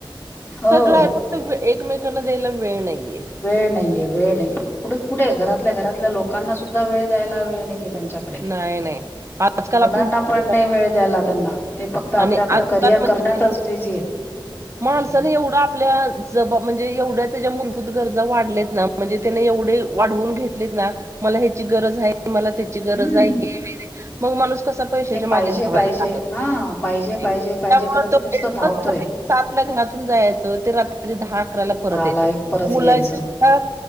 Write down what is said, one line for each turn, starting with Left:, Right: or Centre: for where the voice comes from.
Left: हो
Right: सगळं आहे फक्त एकमेकांना द्यायला वेळ नाहीये
Left: वेळ नाहीये वेळ नाहीये. कुठे कुठे आहे घरातल्या घरातल्या लोकांना सुद्धा वेळ द्यायला वेळ नाहीयेत त्यांच्याकडे.
Right: नाही नाही आजकाल
Left: मुलांना
Right: आपण बघतो
Left: पण नाही
Right: ना
Left: वेळ द्यायला त्यांना ते फक्त आपलं
Right: आणि
Left: आपलं
Right: आजकाल
Left: करिअर
Right: म्हणजे
Left: करण्यातच बिझी आहेत
Right: माणसाने
Left: हम्म.
Right: एवढ आपल्या जबाब म्हणजे एवढ्या त्याच्या मलूत गरजा वाढलेत ना म्हणजे त्याने एवढे वाढवून घेतलेत ना मला ह्याची गरज आहे मला त्याची गरज
Left: हम्म
Right: हाय हे हाय रे मग माणूस कस पैशच्या
Left: ते
Right: मागे
Left: पाहिजे
Right: धवायला
Left: पाहिजे
Right: लागलं
Left: हा पाहिजे पाहिजे
Right: <inaudible>
Left: पाहिजे
Right: त्या मुळे
Left: करत
Right: तो
Left: ते नुसतं
Right: फेडतच
Left: धावतोय
Right: सात ला घरातून जायचं ते रात्री दहा अकराला परत
Left: दहाला
Right: यायचं
Left: एक परत
Right: मुलांची
Left: यायचं
Right: सुद्धा